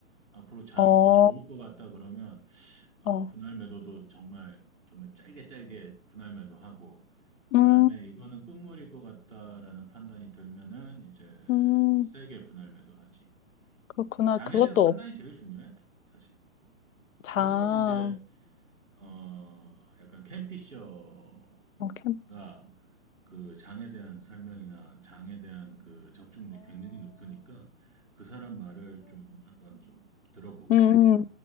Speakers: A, in the centre; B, on the left.
A: 앞으로 장이
B: 어
A: 더 좋을 것 같다 그러면 아,
B: 어
A: 분할 매도도 정말 정말 짧게 짧게 분할 매도하고 그다음에
B: 음
A: 이거는 끝물일 것 같다라는 판단이 들면은 이제
B: 음
A: 세게 분할 매도하지.
B: 그렇구나
A: 장에
B: 그것도
A: 대한 판단이
B: 없,
A: 제일 중요해, 사실.
B: 자
A: 그런 거는 이제 어, 약간 캠피셔
B: 어케이
A: 나 그 장에 대한 설명이나 장에 대한 그 적중률이 굉장히 높으니까 그 사람 말을 좀 한번 좀 들어보고
B: 어오음음어